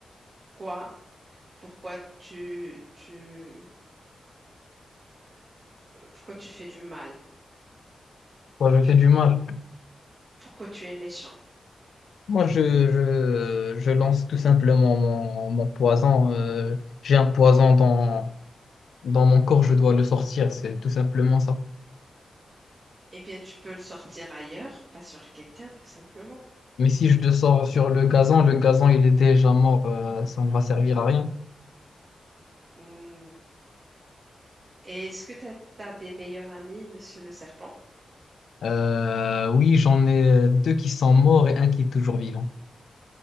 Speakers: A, on the right; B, on the left.
A: Quoi? Pourquoi tu, tu, pourquoi tu fais du mal?
B: Moi, je fais du mal.
A: Pourquoi tu es méchant?
B: Moi, je, je, je lance tout simplement mon, mon poison. euh, j'ai un poison dans, dans mon corps, je dois le sortir, c'est tout simplement ça.
A: Eh bien, tu peux le sortir ailleurs, pas sur quelqu'un, tout simplement.
B: Mais si je le sors sur le gazon, le gazon, il est déjà mort, euh, ça ne va servir à rien.
A: Hmm. Et est-ce que tu as, des meilleurs amis, Monsieur le Serpent?
B: Euh, oui, j'en ai deux qui sont morts et un qui est toujours vivant.